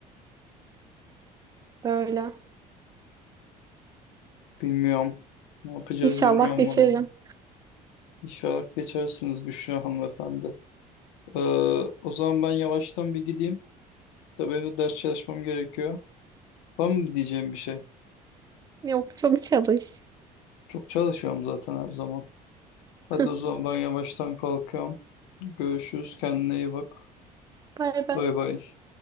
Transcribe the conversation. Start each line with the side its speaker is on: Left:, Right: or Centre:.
Right: Böyle.
Left: Bilmiyorum. Ne yapacağız
Right: İnşallah
Left: bilmiyorum
Right: geçerim.
Left: valla. İnşallah geçersiniz Büşra hanımefendi. Ee, o zaman ben yavaştan bir gideyim. Tabii benim de ders çalışmam gerekiyor. Var mı diyeceğim bir şey?
Right: Yok çok çalış.
Left: Çok çalışıyorum zaten her zaman.
Right: <laughs>
Left: Hadi o zaman ben yavaştan kalkıyorum. Görüşürüz. Kendine iyi bak.
Right: Bay bay.
Left: Bay bay.